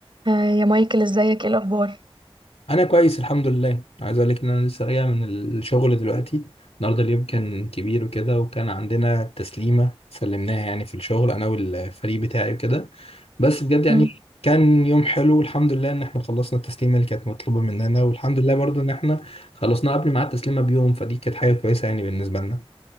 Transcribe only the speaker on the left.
انا كويس الحمد لله عايز اقول لك ان انا لسه راجع من الشغل دلوقتي النهارده اليوم كان كبير وكده وكان عندنا تسليمه سلمناها يعني في الشغل انا والفريق بتاعي وكده بس بجد يعني
كان يوم حلو والحمد لله ان احنا خلصنا التسليمه اللي كانت مطلوبه مننا والحمد لله برضو ان احنا خلصنا قبل ميعاد التسليمه بيوم فدي كانت حاجه كويسه يعني بالنسبه لنا